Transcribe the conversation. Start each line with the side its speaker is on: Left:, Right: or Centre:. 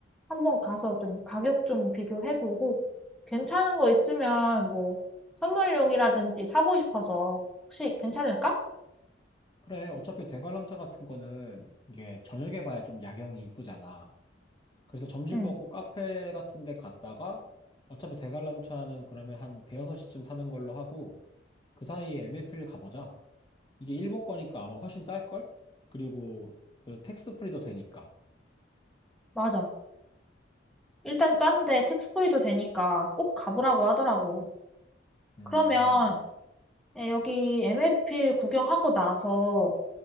Centre: 한번 가서 좀 가격 좀 비교해보고 괜찮은 거 있으면 뭐 선물용이라든지 사고 싶어서 혹시 괜찮을까?
Left: 그래. 어차피 대관람차 같은 거는 이게 저녁에 봐야 좀 야경이 이쁘잖아. 그래서 점심
Centre: 응,
Left: 먹고 카페 같은 데 갔다가 어차피 대관람차는 그러면 한 대여섯 시쯤 타는 걸로 하고 그 사이에 MF를 가보자. 이게 일본 거니까 아마 훨씬 쌀걸? 그리고 그 텍스 프리도 되니까.
Centre: 맞아. 일단 싼데 택스프리도 되니까 꼭 가보라고 하더라고.
Left: 음,
Centre: 그러면 에, 여기 MLPL 구경하고 나서